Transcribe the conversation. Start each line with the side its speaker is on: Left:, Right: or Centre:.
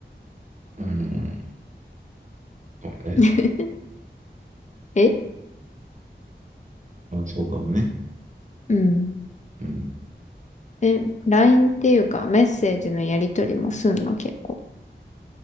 Right: うんえ、
Left: <laughs> え
Right: まあ、そうかもね。
Left: うん。
Right: うん。
Left: え、LINE っていうかメッセージのやりとりもすんの結構。